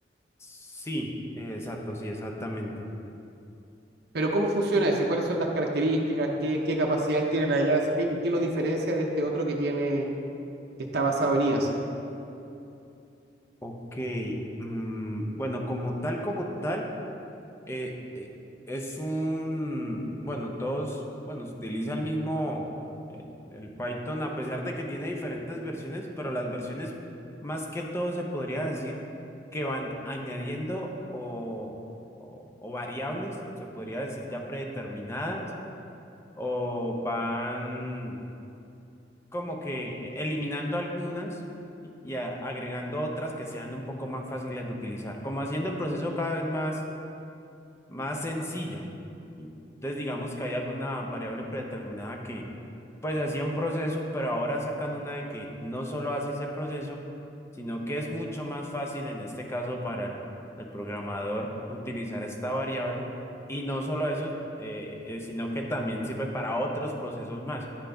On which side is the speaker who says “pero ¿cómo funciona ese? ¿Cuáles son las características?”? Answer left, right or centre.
Right